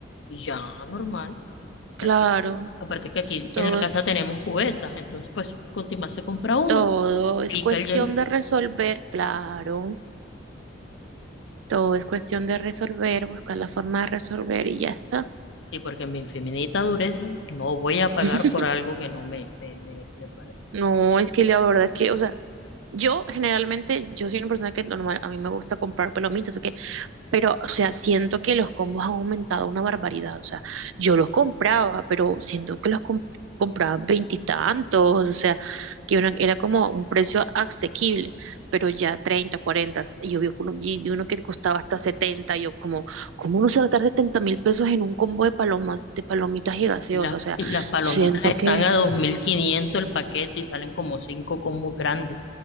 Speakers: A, on the left; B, on the right.
A: y ya, normal. O
B: claro.
A: sea, sí. Aparte que aquí
B: Todo,
A: en la casa tenemos cubetas, entonces pues con Timás se compra uno
B: todo es
A: pica
B: cuestión
A: el hielo.
B: de resolver, claro. Todo es cuestión de resolver, buscar la forma de resolver y ya está.
A: Sí, porque en mi infinita dureza no voy a pagar
B: <laughs>
A: por algo que no me, me, me- me parece.
B: No, es que la verdad es que, o sea, yo generalmente, yo soy una persona que normal, a mí me gusta comprar palomitas, ¿ok? Pero, o sea, siento que los combos han aumentado una barbaridad. O sea, yo los compraba, pero siento que los com- compraba veintitantos. O sea, que una- era como un precio asequible, pero ya 30 40. y Yo vi uno, y vi uno que costaba hasta setenta y Yo como, ¿cómo uno se va a gastar 70 mil pesos en un combo de palomas, de palomitas y gaseosas?
A: Y las,
B: O sea,
A: y las palomitas
B: siento
A: están
B: que...
A: a 2.500 el paquete y salen como cinco combos grandes.